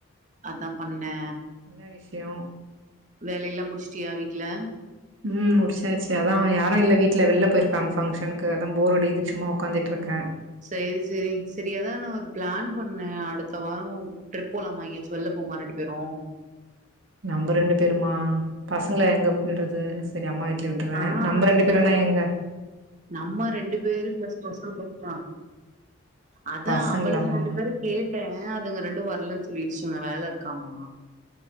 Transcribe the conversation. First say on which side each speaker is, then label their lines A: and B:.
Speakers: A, on the right; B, on the right.
A: அதா பண்ணே
B: என்ன விஷ்யோ
A: வேலயெல்லா முடிச்சுட்டியா வீட்டுல
B: ம் முடிச்சாச்சு அதா யாரு இல்ல வீட்ல வெள்ல போய்ருக்காங்க ஃபங்க்ஷனுக்கு அதா போரடிக்குது சும்மா உக்காந்துட்ருக்கே
A: சேரி சேரி சரி ஏதா நா ஒரு பிளான் பண்ணே அடுத்த வாரம் ட்ரிப் போலாமா எங்கயாச்சு வெள்ல போமா ரெண்டு பேரும்
B: நம்ம ரெண்டு பேருமா பசங்கள எங்கப் போய் விட்றது சரி அம்மா வீட்ல விட்டுறே
A: ஆ
B: நம்ம ரெண்டு
A: அவ்ளோதா
B: பேரும்னா எங்க
A: நம்ம ரெண்டு பேரு பிளஸ் பசங் இருக்லா அத்தா
B: பசங்களாமா
A: அவ்வளுங்க ரெண்டு பேரும் கேட்டே அதுங்க ரெண்டு வர்லன்னு சொல்லிடுச்சுங்க வேல இருக்காமா